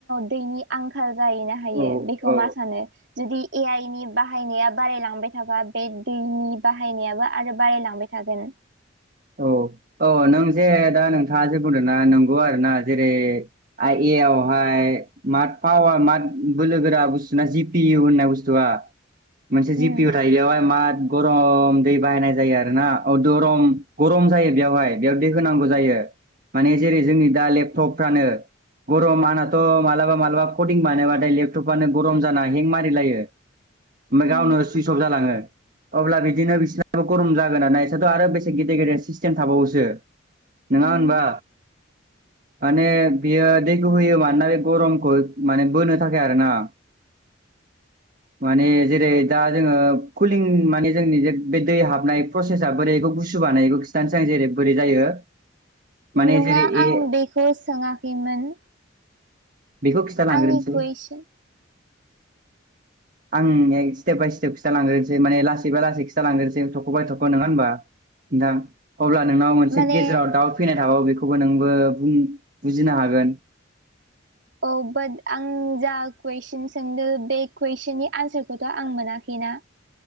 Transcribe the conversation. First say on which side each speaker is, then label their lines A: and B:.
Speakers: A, on the right; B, on the right.
A: दैनि आंखाल जाहैनो हायो
B: औ
A: बेखौ
B: औ
A: मा सानो जुदि ए आइनि बाहायनाया बारायलांबाय थाबा बे दैनि बाहायनायाबो आरो बारायलांबाय थागोन।
B: औ औ नों जे दा नोंथाङा जे बुंदों ना नंगौ आरोना जेरै आइ ए एयावहाय मा पावार मा बोलोगोरा बुस्थुना जि पि इउ होननाय बुस्थुआ? मोनसे जि
A: उम
B: पपिअ थायो बेयावहाय माथ गरम दै बाहायनाय जायो आरोना औ दरम गरम जायो बेयावहाय बेयाव दै होनांगौ जायो माने जेरै जोंनि दा लेपटपफ्रानो गरम आंनाथ' मालाबा मालाबा फदिं बानायबाथाय लेपटपानो गरम जाना हें मारिलायो आमफाय गावनो
A: उम
B: सुइस अफ जालांङो अब्ला बिदिनो बिसोरनाबो गरम जागोन ना बिसोरथ' आरो बेसे गिद <unintelligible> सिस्टेम थाबावोसो नोङा
A: उम
B: होनबा?
A: <inaudible>
B: माने बियो दैखौ होयो मानोना बे गरमखौ माने बोनो थाखाय आरो ना।
A: <inaudible>
B: माने जेरै दा जोंङो कुलिं माने जोंनि जे बे दै हाबनाय प्रसेसा बोरैखौ गुसु गुसु बानायखौ खिथानोसै आं जेरै बोरै जायो। माने
A: नंङा
B: जेरै ए
A: आं बेखौ सोङाखैमोन।
B: बेखौ खिथालांग्रोनोसै
A: आंनि कुइसन
B: आं नोंनो स्टेप बाय स्टप खिथा लांग्रोसै माने लासै बा लासै खिथा लांग्रोसै थख' बाय थख' नंङा होमबा? नोंथां अब्ला नोंनाव मोनसे
A: माने
B: गेजेराव दाउ फैनाय थाबावो बे खौबो नोंबो बुं- बुजिनो हागोन।
A: औ बाट आं जा कुइसन सोंदों बे कुइसननि आनसारखौथ' आं मोनाखै। <unintelligible>